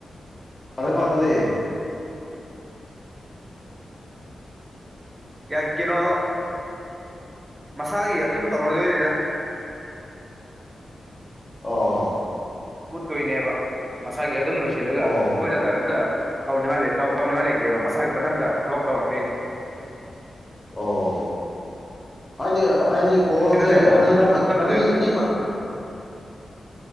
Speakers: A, on the left (about 25°); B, on the right (about 15°).
A: ꯑ ꯑꯗꯨꯗꯤ
B: ꯌꯥ ꯀꯦꯅꯣ ꯃꯁꯥꯒꯤ ꯑꯗꯨꯝ ꯇꯧꯅꯗꯣꯏꯅꯤꯗ
A: ꯑꯣ ꯍꯣ
B: ꯃꯨꯠꯇꯣꯏꯅꯦꯕ ꯃꯁꯥꯒꯤ ꯑꯗꯨꯝ ꯂꯣꯏꯁꯤꯜꯂꯒ
A: ꯑꯣ
B: ꯑꯩꯈꯣꯏꯅꯒ ꯀꯩꯝꯇ ꯇꯧꯅꯤꯡꯉꯥꯏ ꯂꯩ ꯇꯧ ꯇꯧꯅꯤꯡꯉꯥꯏ ꯂꯩꯇꯦꯕ ꯃꯁꯥꯒꯤ ꯃꯊꯟꯇ ꯊꯕꯛ ꯇꯧꯔꯛꯇꯣꯏꯅꯤ
A: ꯑꯣ ꯑꯩꯗꯤ ꯑꯩꯗꯤ ꯀꯣꯜꯁꯦ
B: ꯅꯨꯡꯊꯤꯟꯗꯗꯤ ꯊꯕꯛ
A: ꯑꯅꯤꯔꯛ ꯈꯛ
B: ꯆꯠꯂꯗꯣꯏꯔꯣ
A: ꯑꯅꯤ ꯑꯅꯤꯈꯛ